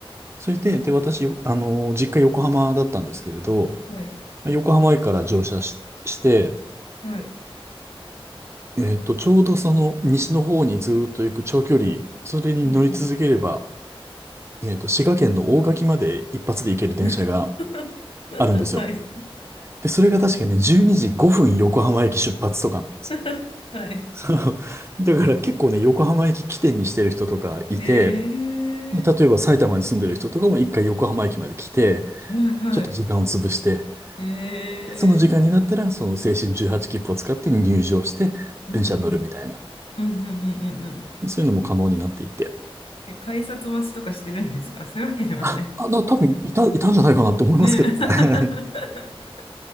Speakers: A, on the right; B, on the left.
A: それで、で、私、あの、実家横浜だったんですけれど、
B: はい。
A: まあ横浜駅から乗車し、して、
B: はい。
A: えっと、ちょうどその西の方にずーっと行く長距離、それに乗り続ければ、
B: うんうん。
A: えっと、滋賀県の大垣まで一発で行ける電車が
B: <laughs>
A: あるんですよ。
B: はい。
A: で、それが確かね、12時5分横浜駅出発とかなんですよ。
B: <laughs> はい。
A: <laughs> そう。だから結構ね、横浜駅起点にしてる人とかいて、
B: えー。
A: 例えば埼玉に住んでる人とかも一回横浜駅まで来て、
B: はいはい。
A: ちょっと時間を潰して、
B: えー。
A: その時間になったら、その青春18切符を使って入場して、
B: うんうん。
A: 電車に乗るみたいな。
B: うんうんうんうんうん。
A: そういうのも可能になっていて。
B: え、改札待ちとかしてるんですかそういうわけではない。
A: あ、あ、な多分いた、いたんじゃないかなと思いますけど
B: ね。<laughs>
A: ね。